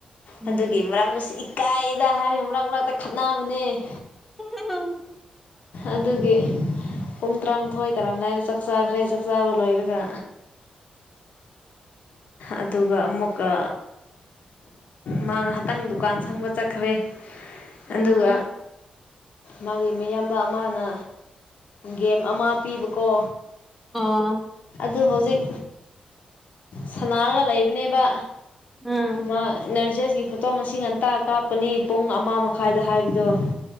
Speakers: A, in the centre; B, on the left.
A: ꯎꯝ
B: ꯑꯗꯨꯒꯤ ꯃꯔꯛꯁꯤ ꯏꯀꯥꯏꯗ ꯍꯥꯏꯔꯒ ꯃꯔꯛ ꯃꯔꯛꯇ ꯈꯠꯅꯕꯅꯦ
A: ꯎ
B: ꯑꯗꯨꯒꯤ ꯄꯨꯝ ꯇꯔꯥꯃꯥꯊꯣꯏ ꯇꯥꯔꯥꯝꯗꯥꯏꯗ ꯆꯥꯛ ꯆꯥꯈ꯭ꯔꯦ ꯆꯥꯛꯆꯥꯥꯕ ꯂꯣꯏꯔꯒ ꯑꯗꯨꯒ ꯑꯃꯨꯛꯀ ꯃꯥ ꯉꯥꯏꯍꯥꯛꯇꯪ ꯗꯨꯀꯥꯟ ꯁꯪꯕ ꯆꯠꯈ꯭ꯔꯦ
A: ꯎꯝ
B: ꯑꯗꯨꯒ ꯃꯥꯒꯤ ꯌꯥꯝꯕ ꯑꯃꯅ ꯒꯦꯝ ꯑꯃ ꯄꯤꯕꯀꯣ
A: ꯑꯥ
B: ꯑꯗꯨ ꯍꯧꯖꯤꯛ ꯁꯅꯥꯔꯒ ꯂꯩꯕꯅꯦꯕ
A: ꯎꯝ
B: ꯃꯥ ꯅꯔꯖ ꯑꯁꯤꯒꯤ ꯐꯣꯇꯣ ꯉꯁꯤ ꯉꯟꯇ ꯀꯥꯞꯄꯅꯤ ꯄꯨꯡ ꯑꯃ ꯃꯈꯥꯏꯗ ꯍꯥꯏꯕꯗꯨꯣ